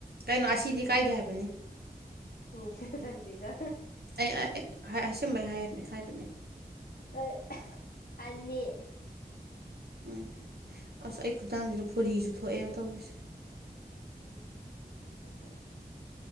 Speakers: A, on the right; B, on the left.
A: ꯀꯩꯅꯣ ꯑꯁꯤꯗꯤ ꯀꯥꯏꯗꯦ ꯍꯥꯏꯕꯅꯤ
B: ꯎ ꯆꯛꯁꯤꯒ
A: ꯑꯩ ꯑꯁꯨꯝꯕ ꯍꯥꯏꯔꯝꯃꯦ ꯍꯥꯏꯕꯅꯦ
B: ꯑ ꯑꯅꯤ
A: ꯎꯝ
B: ꯎꯝ
A: ꯑꯁ ꯑꯩ ꯈꯨꯊꯥꯡꯁꯤꯗ ꯐꯨꯣꯔꯤꯁꯨ ꯊꯣꯛꯑꯦꯕ ꯇꯧꯔꯤꯁꯦ
B: ꯎꯝ ꯊꯣꯛꯀꯅꯤ